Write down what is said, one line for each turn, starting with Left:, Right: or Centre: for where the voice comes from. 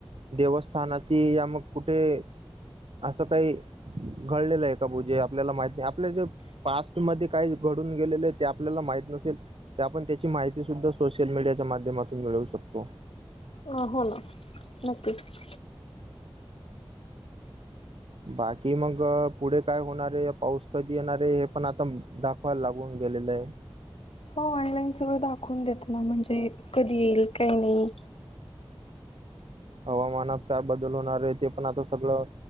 Right: देवस्थानाची या मग कुठे, असं काही घडलेलं ए का पूजे, आपल्याला माहित नाही आपल्या जे पास्टमध्ये काय घडून गेलेलं आहे, ते आपल्याला माहित नसेल ते आपण त्याची माहिती सुद्धा सोशल मीडियाच्या माध्यमातून मिळवू शकतो.
Left: ह, हो नक्कीच.
Right: बाकी मग, पुढे काय होणार हेय, पाऊस कधी येणार हेय, हे पण आता दाखवायला लागून गेलेलं आहे.
Left: हो ऑनलाईन सगळं दाखवून देत ना, म्हणजे कधी येईल, काय होईल.
Right: हवामानात काय बदल होणार आहे, ते पण आता सगळं,